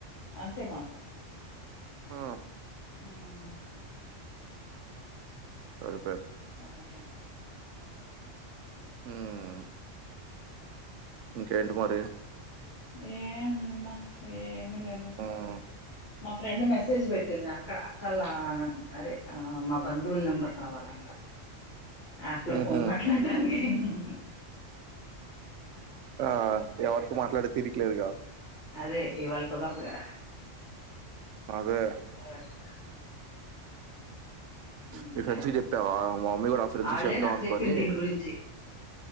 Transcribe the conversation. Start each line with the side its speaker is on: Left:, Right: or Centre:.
Left: అం తే మాకు
Right: ఆ
Left: ఉమ్
Right: సరే
Left: సంగతే
Right: హమ్ ఇంకేంటి మరి
Left: ఎమ్ ఉందమ్మా ఎం మీ లేదు
Right: హ్మ్.
Left: మా ఫ్రెండ్ మెసేజ్ పెట్టింది అక్కడ అక్కల్ల ఆమె అదే మా బందుల్ నంబర్ కావాలంట యాప్ లో
Right: హుహు.
Left: ఫోన్ మాట్లాడ్డనికి ఆ <inaudible>
Right: ఆ ఎవరిత్ మాట్లాడ్ తిరికలేదుగా
Left: అదే ఇవాళ కుదర్దూగా
Right: అదే
Left: పెడతా ఇంకా
Right: మీ ఫ్రెండ్స్కి చెప్పావ మా మమ్మీ కూడా ఆ ఫ్రెండ్స్
Left: వాళ్ళే
Right: చెప్దాం
Left: నాకు
Right: అనుకొని
Left: చెప్పింది దీని గురించి